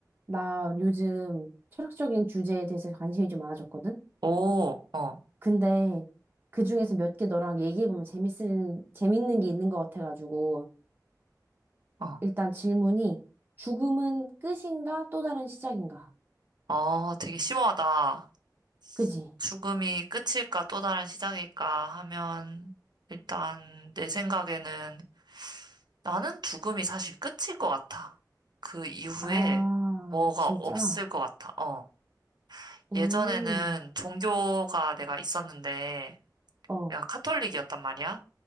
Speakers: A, on the right; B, on the right.
A: 나 요즘 철학적인 주제에 대해서 관심이 좀 많아졌거든?
B: 오, 어,
A: 근데 그 중에서 몇 개 너랑 얘기해보면 재밌을, 재밌는 게 있는 것 같아가지고,
B: 어.
A: 일단 질문이, 죽음은 끝인가 또 다른 시작인가?
B: 아, 되게 심오하다.
A: 그지?
B: 죽음이 끝일까 또 다른 시작일까 하면 일단 내 생각에는 나는 죽음이 사실 끝일 것 같아. 그 이후에
A: 아,
B: 뭐가
A: 진짜?
B: 없을 것 같아. 어.
A: 오,
B: 예전에는 종교가 내가 있었는데
A: 어, 어,
B: 내가 카톨릭이었단 말이야.